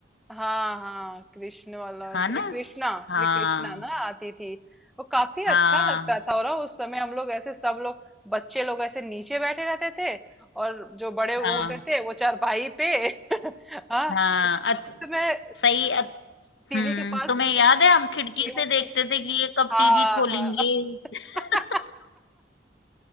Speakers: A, in the centre; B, on the left.
A: हाँ हाँ कृष्ण वाला
B: हाँ
A: श्री
B: ना
A: कृष्णा
B: हाँ
A: श्री कृष्णा ना आती थी वो काफी
B: हाँ
A: अच्छा लगता था और उस समय हम लोग ऐसे सब लोग बच्चे लोग ऐसे नीचे बैठे रहते थे और जो बड़े वो
B: हाँ
A: होते थे वो चारपाई पे <laughs> हाँ
B: हाँ
A: अच्छा
B: अत,
A: उस समय
B: सही अत,
A: टीवी
B: हम्म
A: के पास
B: तुम्हें
A: जैसे
B: याद है हम खिड़की
A: गेहूं
B: से
A: की
B: देखते थे कि ये कब
A: हाँ
B: टीवी खोलेंगे
A: हाँ
B: <laughs>
A: <laughs>